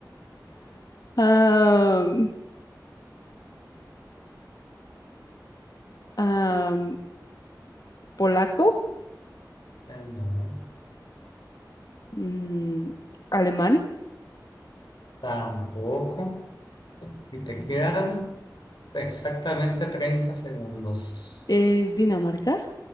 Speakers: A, on the left; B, on the left.
A: am, am, polaco,
B: Eh, no,
A: mm, alemán.
B: tampoco. Y te quedan exactamente 30 segundos.
A: ¿Es Dinamarca?